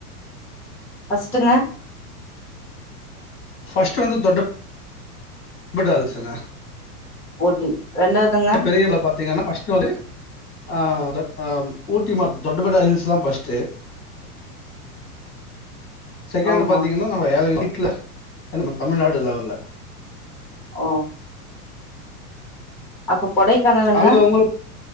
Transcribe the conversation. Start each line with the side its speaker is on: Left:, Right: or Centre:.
Centre: ஃபஸ்ட்டுங்க
Left: ஃபஸ்ட வந்து தொட்டப்பட்டா ஹில்ஸ்ங்க
Centre: ஊட்டி ரெண்டாவதுங்க
Left: பெரியல பாத்தீங்கன்னா ஃபர்ஸ்ட்ட் வந்து ஆஹ் ஆஹ் ஊட்டி ம த தொட்டபட்டா ஹில்ஸ் தான் ஃபர்ஸ்ட் செகண்ட்
Centre: ஓஹோ
Left: பாத்தீங்கன்னா நம ஏலகிரி ல்ல நம்ம தமிழ்நாடு லெவல்ல
Centre: ஓ அப்ப கொடைக்கானலுங்க
Left: அங்க உங்களுக்கு